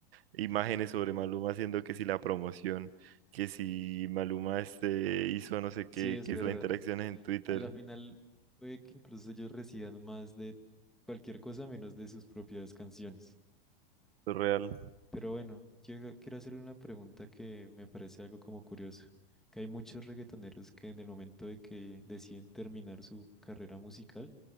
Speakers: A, on the right; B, in the centre.
A: imágenes sobre Maluma haciendo que si la promoción, que si Maluma este hizo no sé qué,
B: Sí, es
A: que
B: verdad.
A: es la interacción en Twitter,
B: A la
A: eso
B: final puede que incluso ellos reciban más de cualquier cosa menos de sus propias canciones.
A: es real.
B: Pero bueno, quiero, quiero hacerle una pregunta que me parece algo como curioso, que hay muchos reggaetoneros que en el momento de que deciden terminar su carrera musical